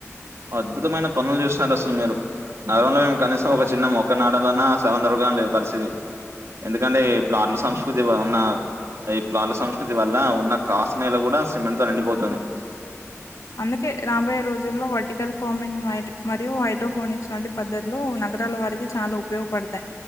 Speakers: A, on the right; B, on the left.
A: అద్భుతమైన పనులు చేస్తున్నారు అసలు మీరు నగరంలో మేము కనీసం ఒక చిన్న మొక్క నాటాలన్న స్థలం దొరకటం లేదు పరిస్థితి ఎందుకంటే ప్లాట్ల సంస్కృతి ఉన్న ఈ ప్లాట్ల సంస్కృతి వల్ల ఉన్న కాస్త నేల కూడా సిమెంట్ తో నిండిపోతుంది.
B: అందుకే రాబోయే రోజుల్లో వర్టికల్ ఫార్మింగ్ మ మరియు హైడ్రోఫోనిక్స్ వంటి పద్ధతులు నగరాల వారికి చాలా ఉపయోగపడతాయి